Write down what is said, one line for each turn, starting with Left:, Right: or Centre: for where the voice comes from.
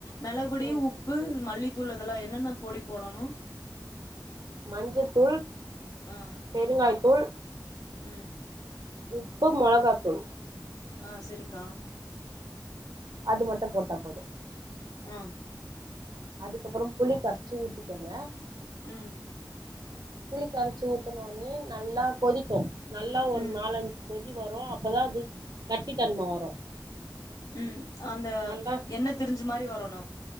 Left: மெளகுபொடி
Right: ம்
Left: உப்பு மல்லித்தூள் அதெல்லா என்னென்ன பொடி போடனு
Right: மஞ்சத்தூள்
Left: ஆ
Right: பெருங்காயத்தூள்
Left: உம்
Right: உப்பு மொளகாத்தூள்
Left: ஆ செரிக்கா
Right: அது மட்டு போட்டா போது
Left: உம்
Right: அதுக்கப்பறோ புளி கரச்சு ஊத்திக்கோங்க
Left: உம்
Right: புளி கரச்சி ஊத்தனோனே நல்லா கொதிக்கு நல்லா ஒரு
Left: ம்
Right: நாலஞ் கொதி வரு அப்போதா அது கட்டி தன்ம வரு
Left: உ அந்த
Right: நல்லா
Left: எண்ண திரிஞ்ச மாரி வரணு